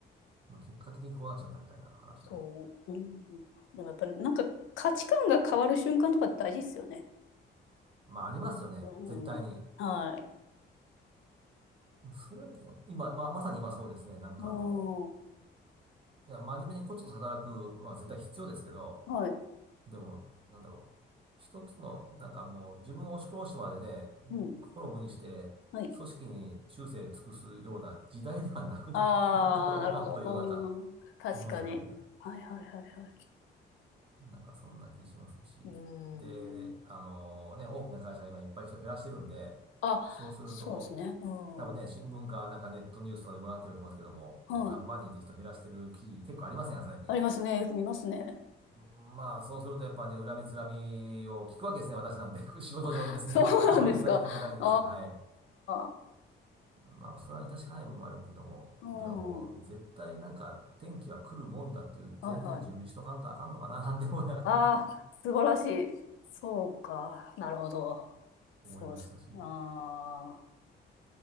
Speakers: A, on the right; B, on the left.
A: まあ、結果的にこうなっちゃったみたいな話で。
B: そう。うん。でもやっぱりなんか価値観が変わる瞬間とか大事ですよね。
A: まあありますよね、
B: うん。
A: 絶対に。
B: はい。
A: それは昨日今、まあまさに今そうですね、なんかあの、
B: うん。
A: いや、真面目にコツコツ働くのは絶対必要ですけど、
B: はい。
A: でも、なんだろう。一つの、なんかもう自分を押し殺してまでね、
B: うん。
A: 心を無にして、
B: はい。
A: 組織に忠誠尽くすような時代ではなくなってるんだろうな、
B: ああ、なるほど。
A: と世の中、
B: うん。
A: <laughs>
B: 確かに。
A: 日本社会が。
B: はいはいはいはい。
A: なんかそんな気しますし。
B: うん。
A: で、あのね、大きな会社が今いっぱい人減らしてるんで、
B: あ、
A: そうすると、
B: そうですね。うん。
A: 多分ね、
B: は
A: 新聞かなんかネットニュースとかでご覧になってると思いますけども、もう何万人って人減らしてる記事結構ありませんよ、
B: い。
A: 最近。
B: ありますね。よく見ますね。
A: まあ、そうするとやっぱね、恨みつらみを聞くわけですね、私なんで。<laughs> 仕事上ですね、
B: <laughs> そうなんですか。
A: <laughs> ご飯いただいた方にですね、
B: あ
A: はい。
B: あ、
A: まあ、それは致し方ない部分もあるけども、
B: うん。
A: でももう、
B: は
A: 絶対なんか、天気は来るもんだっていう前提で準備しとかんとあかんのかな、
B: いはい。
A: なんて思いながら
B: ああ、素晴らしい。そうか。なるほど。
A: <laughs>
B: そうです。
A: 思いましたし。
B: あ